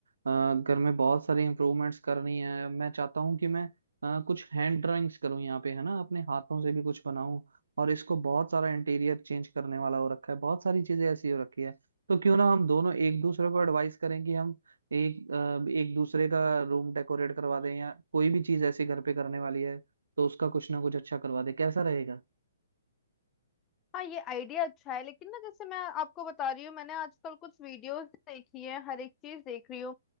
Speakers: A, on the right; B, on the left.
A: अ, घर में बहुत सारी इम्प्रूवमेंट्स करनी है मैं चाहता हूँ कि मैं अ, कुछ हैंड ड्राइंग्स करूँ यहाँ पे है ना अपने हाथों से भी कुछ बनाऊं और इसको बहुत सारा इंटीरियर चेंज करने वाला हो रखा है बहुत सारी चीजें ऐसी हो रखी है तो क्यों ना हम दोनों एक दूसरे को एडवाइस करें कि हम एक अ, एक दूसरे का रूम डेकोरेट करवा दें या कोई भी चीज ऐसी घर पे करने वाली है तो उसका कुछ ना कुछ अच्छा करवा दें कैसा रहेगा
B: हाँ ये आइडिया अच्छा है लेकिन ना जैसे मैं आपको बता रही हूँ मैंने आजकल कुछ वीडियोस देखी है हर एक चीज देख रही हूँ